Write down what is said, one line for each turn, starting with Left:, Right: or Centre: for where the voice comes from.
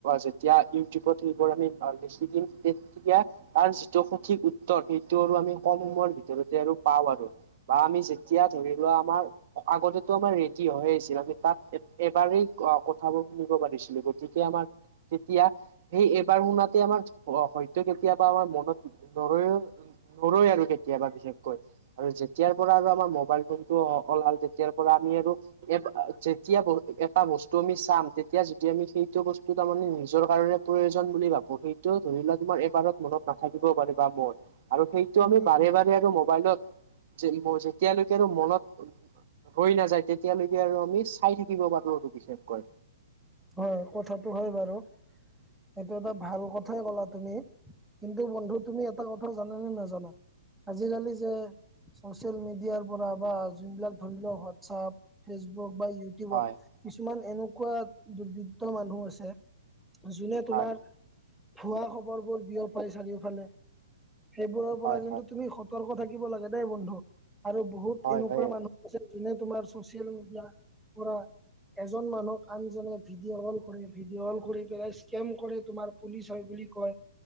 Right: যেতিয়া ইউটিউবত সেইবোৰ আমি আ লিখি দিম। তেতিয়া তাৰ যিটো সঠিক উত্তৰ সেইটো আৰু আমি কম সময়ৰ ভিতৰতে আৰু পাওঁ আৰু। বা আমি যেতিয়া ধৰি লোৱা আমাৰ, আগতেটো আমাৰ ৰেডি হৈ আছিল আমি তাত এবাৰেই কথাবোৰ শুনিব পাৰিছিলো গতিকে আমাৰ, তেতিয়া সেই এবাৰ শুনাতে আমাৰ হয়তো কেতিয়াবা আমাৰ মনত নৰৈউ, নৰই আৰু কেতিয়াবা বিশেষকৈ, আৰু যেতিয়াৰ পৰা আৰু আমাৰ মবাইল ফোনটো ওলাল তেতিয়াৰ পৰা আমি আৰু, এ যেতিয়া ব এটা বস্তু আমি চাম তেতিয়া যদি আমি সেইটো বস্তু, তাৰ মানে নিজৰ কাৰণে প্ৰয়োজন বুলি ভাবো সেইটো ধৰি ল তোমাৰ এবাৰত মনত নাথাকিবও পাৰে বা মন, আৰু সেইটো
Centre: উম
Right: আমি বাৰে বাৰে আৰু মোবাইলত যেতিয়ালৈকে আৰু মনত, ৰৈ নাযায় তেতিয়ালৈকে আৰু আমি চাই থাকিব পাৰো আৰু বিশেষকৈ,
Centre: হয় কথাটো হয় বাৰু, সেইটো এটা ভাল কথাই ক'লা তুমি, কিন্তু বন্ধু তুমি এটা কথা জানানে নাজান আজিকালি যে, ছচিয়েল মেডিয়াৰ পৰা বা যোন বিলাক ধৰি লওক হোৱাটছপ ফেচবুক বা ইউ,
Right: হয়
Centre: কিছুমান এনেকুৱা দুৰ্বৃত্তই মানুহ আছে, যোনে তোমাৰ
Right: হয় হয়
Centre: ভুৱা খবৰ বোৰ বিয় পাই থাকে চাৰিওফালে, সেইবোৰৰ
Right: হয়
Centre: পৰা কিন্তু তুমি সতৰ্ক থাকিব লাগে দেই বন্ধু আৰু বহুত
Right: হয়
Centre: এনেকুৱা
Right: হয় হয়
Centre: মানুহ, যোনে তোমাৰ চচিয়েল মেডিয়া পৰা, এজন মানুহক আনজনে ভিডিঅ কল কৰে ভিডিঅ কল কৰি পেলাই স্কেম কৰে তোমাৰ, পুলিচ হয় বুলি কয়